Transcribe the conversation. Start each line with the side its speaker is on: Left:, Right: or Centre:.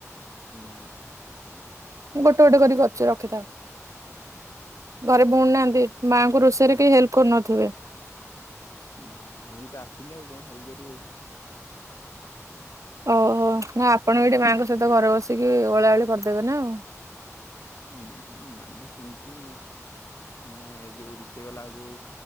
Left: ନା।
Right: ମୁଁ ଗୋଟେ ଗୋଟେ କରିକି କରି କରୁଚି ରଖିଥାଓ। ଘରେ ଭଉଣୀ ନାହାନ୍ତି? ମାଆଙ୍କୁ ରୋଷେଇରେ
Left: ନା
Right: କେହି ହେଲ୍ପ କରୁନଥିବେ।
Left: ନା। ଆମକୁ ତ ଆସିନି ଆଉ କଣ ହେଲ୍ପ କରିବୁ।
Right: ଓହୋ। ନା ଆପଣ ବି ଏଠି ମାଆଙ୍କ ସହିତ ଘରେ ବସିକି ଓଳାଓଳି କରିଦେବେ ନା ଆଉ।
Left: ଉଁ ଉଁ ମାନେ ସେମତି ମାନେ ଯୋଉ ରୋଷେଇ ଗଲାବେଳକୁ